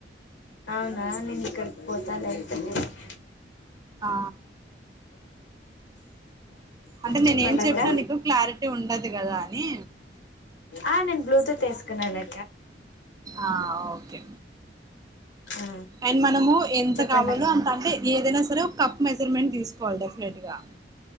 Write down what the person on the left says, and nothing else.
అవునా నిన్ ఇక్కడకి పోతాలే అయితే <unintelligible>
చెప్పండి
అక్క
ఆ నేను బ్లూటూత్ వేసుకున్న లే
ఆ
చెప్పండి
అక్